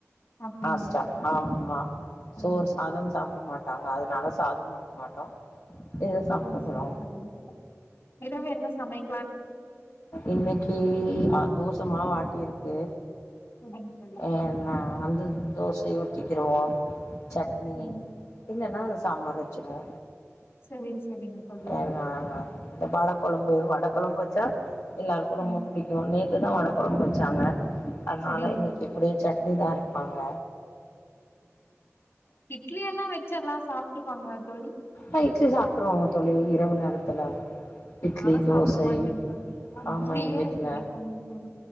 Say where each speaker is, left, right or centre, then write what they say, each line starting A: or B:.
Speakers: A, on the left; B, on the left.
A: அப்படிங்களா
B: ஆஸ்டா
A: தோழி?
B: அம்மா
A: சரிங்க
B: சோற் சாதம்
A: தோழி.
B: சாப்ட மாட்டாங்க அதனால சாதம் ஒடு மாட்டோ இத சாப்ட்டுக்குறோ
A: ஸ்கோர் சோரி <inaudible> இரவு என்ன சமய்
B: இன்னுக்கி ஆத்தோஷமா வாட்டிர்க்கு
A: புதன் கோயில
B: என்ன அந்தத் தோசைய ஊத்திக்கிருவோ ச்சட்னி
A: சரி.
B: இல்லன்னா சாம்பார் வச்சிர்வோ
A: சரி சரிங்க தோழி.
B: எங் ஆஆ இந்த படப் கொழம்பு வட குழம் வச்சா எல்லார்க்கு
A: ம்
B: ரொம்ப பிடிக்கு நேத்துதா வட கொழம் வச்சாங்க அத்னால
A: சரிங்க
B: இன்னிக்
A: தோழி
B: இப்பிடி ச்சட்னி தா அரைப்பாங்க
A: இட்லி என்னா வெச்சர்லா சாப்ட்டுப்பாங்ளா தோழி
B: ஆ இடலி சாப் ப்ரோங்க தொழி இரவு நேரத்துல இட்லி
A: நாலா
B: தோசய்
A: சாப்ட மாட்டேங் தோழி. இட்லியே
B: ஆமா என்வீட்ல
A: எனக்கு பிடிக்காதுங் தோழி.